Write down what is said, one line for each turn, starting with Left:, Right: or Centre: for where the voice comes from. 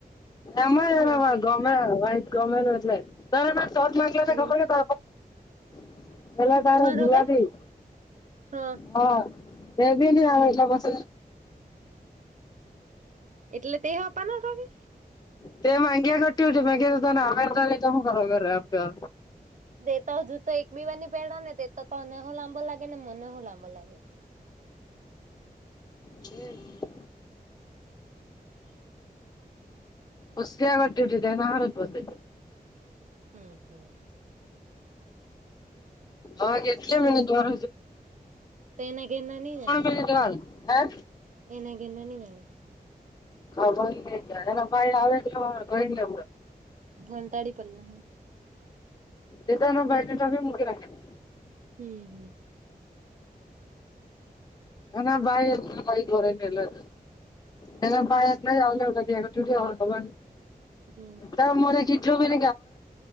Left: એમાંને
Right: હા હા
Left: ગમે વાટ ગમેલું એટલે ત શોટ માંગ ને
Right: હમ
Left: ખબર છે ત <unintelligible> પેલો તારો
Right: મારો
Left: ગુલાબી
Right: કે હા
Left: હ દેબી ના એ બસ
Right: એટલે તે આપવાનો હતો કે
Left: તે માગ્યા કરતી હતી મે કીધું તને આવે તો લય જા
Right: તે તો હજું તો એક બી વાર ની પેરીઓ તે તો તને હ લાંબો લાગે ને મને હ લાંબો લાગે
Left: હમ ખુશસીટટી એ ના હાર બોતે
Right: હમ હમ
Left: આવ એટલે મિને જ્વાર
Right: તો એના ઘેર ના ની જાણે
Left: મિનિટ
Right: ત
Left: વાર હે
Right: એના ઘેર ના ની જાણે
Left: હા ભઈ જાય એ ભાઈ આવે ગને
Right: ઘંટાડી પડેલા.
Left: તે ના બાઈને તોફી મુકી રાખેલું.
Right: હમ હમ.
Left: નાના ભાઈ એમ, ભાઈ ઘરે નને એલા. તેના પાાય થહીં, આવું એા દ્યા આ છૂટ આવઉ થય. <unintelligible>
Right: હમ. <unintelligible>
Left: તમ મોરે મને કીધેલુ ભી